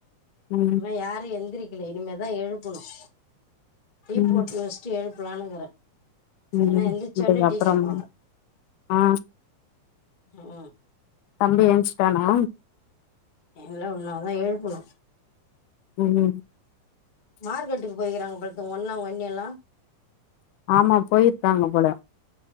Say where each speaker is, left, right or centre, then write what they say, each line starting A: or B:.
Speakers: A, on the left (about 80°); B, on the left (about 45°).
A: ம்
B: இன்னும் யாரு எந்திரக் இனிமேதான் எழுப்பணும் டீ
A: ம்
B: போட்டு வச்சட்டு எழுப்பலனுக்கிறேன்
A: ம்
B: ஏன்னா எந்திரச்ச
A: இதுக்கப்புறமா
B: உன்னே டீ கேட்பாங்க
A: ஆ
B: ஆஹ்
A: தம்பி ஏன்ஷ்டானா
B: இல்ல ஒண்ணாதான் எழுப்பணும்
A: உம்
B: மார்க்கெட்டுக்கு போய்கிறாங்க பொழ உங்கன்னா அண்ணில்லாம்
A: ஆமா போயிருப்பாங்க போல